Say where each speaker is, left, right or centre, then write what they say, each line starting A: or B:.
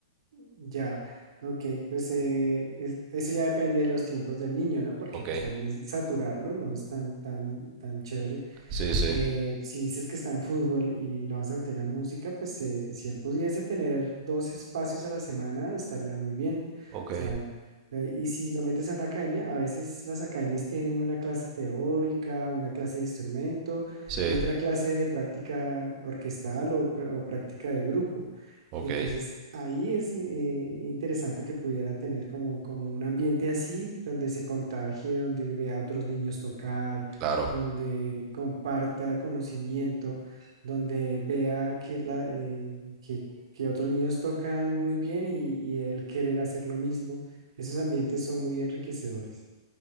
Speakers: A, on the right (about 75°); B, on the right (about 25°).
A: Ya, ok, pues eh, es- eso ya depende de los tiempos del niño, ¿no? Porque
B: ok
A: pues también saturarlo no es tan, tan, tan chévere.
B: sí sí
A: Eh, si dices que está en fútbol y lo vas a meter en música, pues eh, si él pudiese tener dos espacios a la semana, estaría muy bien. O
B: ok
A: sea, eh, y si lo metes a una academia, a veces las academias tienen una clase teórica, una clase de instrumento
B: sí
A: y otra clase de práctica orquestal o, pr- o práctica de grupo.
B: ok
A: Entonces, ahí es eh, interesante que pudiera tener como, como un ambiente así, donde se contagie, donde vea a otros niños tocar
B: claro
A: donde comparta conocimiento, donde vea que, la, eh, que, que otros niños tocan muy bien y, y él querer hacer lo mismo. Esos ambientes son muy enriquecedores.